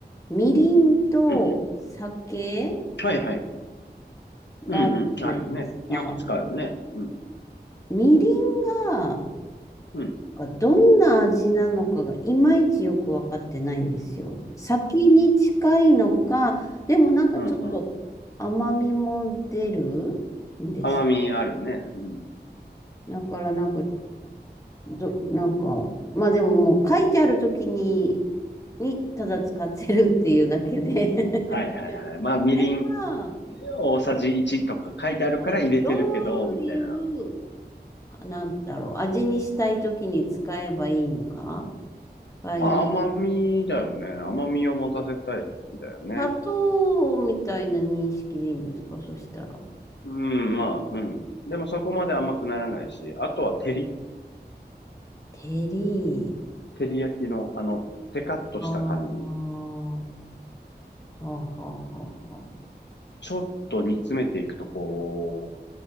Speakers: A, on the left; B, on the left.
A: みりんと酒
B: うん。はいはい。
A: があるじゃないですか。
B: うんうん。あるよね。よく使うよね。うん、
A: みりんが、
B: うん、
A: なんかどんな味なのかがいまいちよくわかってないんですよ。酒に近いのか、でもなんかちょっと甘みも出るんです。
B: うんうん。甘みあるね。うん。
A: だからなんかど、なんか、まあでももう書いてある時に、にただ使ってるっていうだけで
B: はいはいはい。
A: <laughs>
B: まあ、みりん
A: あれは、
B: 大さじ1とか書いてあるから入れてるけど、
A: はい、ど
B: みたいな。
A: ういう、あなんだろう、味にしたい時に使えばいいのかが今、
B: まあ、甘みだよね。甘みを持たせたい時だよね。
A: 砂糖みたいな認識でいいんですかそしたら。
B: うん、まあ、うん。でもそこまで甘くならないし、あとは照り
A: テリ
B: 照り焼きの、あの、テカッとした感じ。
A: ー。はあ、はあ、はあ、はあ。は
B: ちょっと煮詰めていくと、こ